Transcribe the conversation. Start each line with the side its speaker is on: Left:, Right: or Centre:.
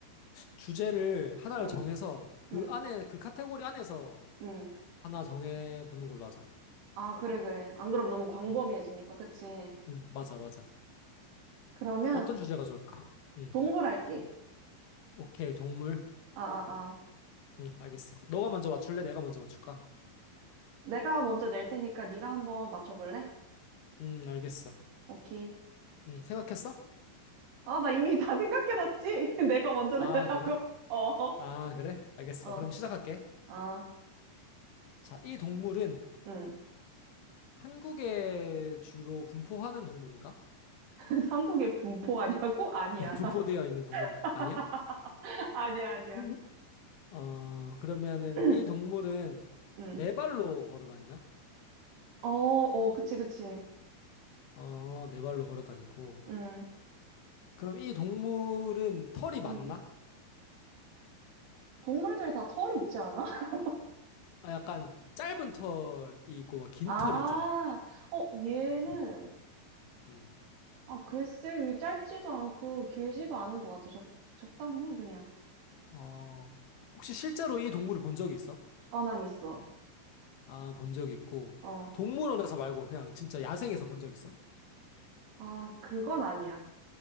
Left: 주제를 하나를
Right: 응,
Left: 정해서 그
Right: 응,
Left: 안에, 그 카테고리 안에서
Right: 응.
Left: 하나 정해보는 걸로 하자.
Right: 아, 그래, 그래. 안 그럼 너무 광범위해지니까,
Left: 음,
Right: 그치?
Left: 음, 맞아, 맞아.
Right: 그러면
Left: 그럼 어떤 주제가 좋을까? 음,
Right: 동물 할게.
Left: 오케이, 동물.
Right: 아, 아, 아.
Left: 음, 알겠어. 너가 먼저 맞출래? 내가 먼저 맞출까?
Right: 내가 먼저 낼 테니까 네가 한번 맞춰볼래?
Left: 음, 알겠어.
Right: 오케이.
Left: 음, 생각했어?
Right: 아, 나 이미 다 생각해놨지? <laughs> 내가 먼저 내라고.
Left: 아, 그래?
Right: <laughs> 어,
Left: 아, 그래? 알겠어.
Right: 어,
Left: 그럼 시작할게.
Right: 아,
Left: 자, 이 동물은
Right: 응.
Left: 한국에 주로 분포하는 동물인가?
Right: <laughs> 한국의 분포가냐고? 아니야.
Left: <laughs> 분포되어 있는 동물인가?
Right: <laughs>
Left: 아니야?
Right: 아니야, 아니야.
Left: <laughs> 어, 그러면은
Right: <clears throat>
Left: 이 동물은
Right: 음.
Left: 네 발로 걸어 다니나?
Right: 어, 어, 그치, 그치.
Left: 어, 네 발로 걸어 다니고.
Right: 음,
Left: 그럼 이 동물은 털이
Right: 음.
Left: 많나?
Right: 동물들 다 털이 있지 않아? <laughs>
Left: 아, 약간 짧은 털이 있고 막 긴
Right: 아,
Left: 털이 있잖아.
Right: 어, 얘는,
Left: 음. 음.
Right: 아, 글쎄, 이게 짧지도 않고 길지도 않은 것 같아. 적, 적당히, 그냥.
Left: 어, 혹시 실제로 이 동물을 본 적이 있어?
Right: 어, 난 있어.
Left: 아, 본 적이 있고.
Right: 어.
Left: 동물원에서 말고 그냥 진짜 야생에서 본 적 있어?
Right: 아, 그건 아니야.